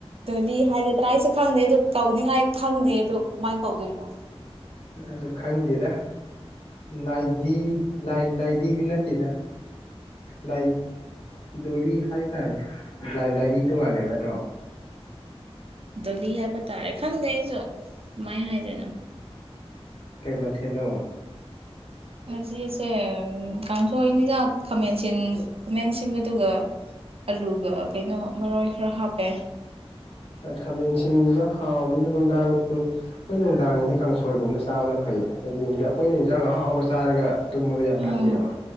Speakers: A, on the right; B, on the left.
A: ꯗꯣꯂꯤ ꯍꯥꯏꯒꯗ꯭ꯔꯥ ꯑꯩꯁꯨ ꯈꯪꯗꯦ ꯑꯗꯣ ꯀꯧꯅꯤꯡꯉꯥꯏ ꯈꯪꯗꯦ ꯑꯗꯣ ꯀꯃꯥꯏꯅ ꯀꯧꯗꯣꯏꯅꯣ
B: ꯑꯩꯁꯨ ꯈꯪꯗꯦꯗ ꯂꯥꯏꯗꯤ ꯂ ꯂꯥꯏ ꯑꯗꯨꯗꯅꯠꯇꯗ ꯂꯥꯏ ꯗꯣꯂꯤ ꯍꯥꯏꯇꯥꯔꯦꯅꯦꯥꯏ ꯂꯥꯏꯔꯤ ꯇꯣꯡꯉꯜꯂꯦꯃꯦꯠꯇ꯭ꯔꯣ
A: ꯗꯂꯤ ꯍꯥꯏꯕꯇꯥꯔꯦ ꯈꯪꯒꯦꯁꯨꯣꯃꯥꯏ ꯍꯥꯏꯗꯅꯣ
B: ꯀꯩꯃꯊꯦꯠꯅꯣ
A: ꯉꯖꯤꯁꯦ ꯀꯥꯡꯁꯣꯏꯅꯤꯗ ꯈꯥꯃꯦꯟꯟ ꯈꯥꯃꯦꯟ ꯁꯤꯟꯕꯗꯨꯒ ꯑꯂꯨꯒ ꯀꯩꯅꯣ ꯃꯔꯣꯏ ꯈꯔ ꯍꯥꯞꯄꯦ
B: ꯈꯥꯃꯦꯟꯁꯤꯟ ꯍꯥꯎꯅꯤꯗꯥ ꯅꯨꯗꯥꯡ ꯑꯩꯈꯣꯏꯅ ꯅꯨꯡꯗꯥꯡꯒꯤꯗꯤ ꯀꯥꯡꯁꯣꯏꯒꯨꯝꯅ ꯆꯥꯕꯅ ꯐꯩ ꯍꯥꯏꯗꯤ ꯑꯩꯈꯣꯏꯅ ꯏꯟꯖꯥꯡ ꯑꯍꯥꯎ ꯍꯥꯎꯕ ꯆꯥꯔꯒ ꯇꯨꯝꯕꯗꯣ ꯌꯥꯝ
A: ꯎꯝ
B: ꯐꯠꯇꯦꯕ